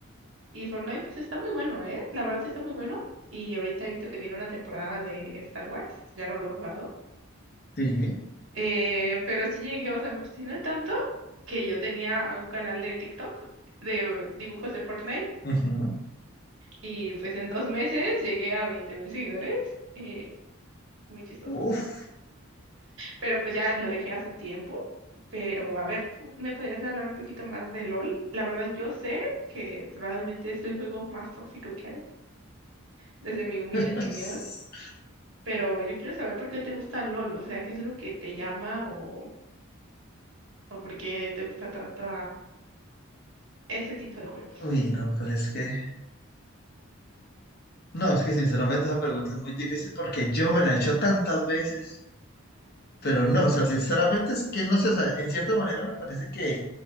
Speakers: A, on the right; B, on the left.
A: Y Fortnite, pues está muy bueno, ¿eh? La verdad sí está muy bueno. Y ahorita he visto que tiene una temporada de Star Wars, ya no lo he jugado
B: sí.
A: Eh, pero sí llegué, o sea, me obsesioné tanto que yo tenía un canal de TikTok de dibujos de Fortnite
B: ujú.
A: y pues en dos meses llegué a 20 mil seguidores. eh, muy chistoso.
B: Uf.
A: Pero pues ya lo dejé hace un tiempo. Pero a ver, ¿tú me podrías hablar un poquito más de LOL? La verdad, yo sé que probablemente es el juego más tóxico que hay, desde mi humilde
B: <laughs> Pues,
A: opinión, pero yo quiero saber por qué te gusta LOL, o sea, qué es lo que te llama o, o por qué te gusta tanto ese tipo de juegos.
B: Uy, no, pues es que, no, es que sinceramente esa pregunta es muy difícil porque yo me la he hecho tantas veces, pero no, o sea, sinceramente es que no se sabe, en cierta manera me parece que